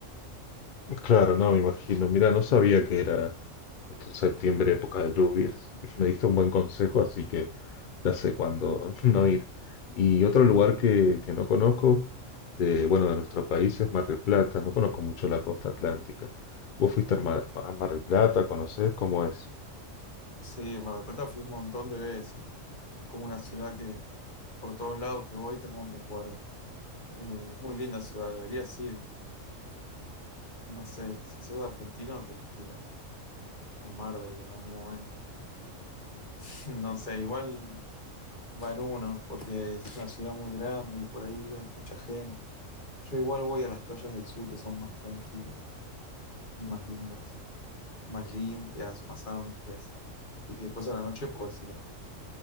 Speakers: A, on the left; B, on the left.
A: Claro, no, me imagino. Mira, no sabía que era justo en septiembre, época de lluvias. <laughs> Me diste un buen consejo, así que ya sé cuándo <laughs> no ir. Y otro lugar que, que no conozco, de, bueno, de nuestro país es Mar del Plata. No conozco mucho la costa atlántica. ¿Vos fuiste a Mar, a Mar del Plata? ¿Conocés cómo es?
B: Sí, Mar del Plata fui un montón de veces. Es como una ciudad que por todos lados que voy tengo un recuerdo. Eh, es muy linda ciudad, deberías ir. No sé, si sos argentino tenés que ir a, a Mar del en algún momento. <laughs> No sé, igual va en uno, porque es una ciudad muy grande y por ahí hay mucha gente. Yo igual voy a las playas del sur que son más tranquilas y más lindas, más limpias, más amplias. Y después a la noche puedes ir a-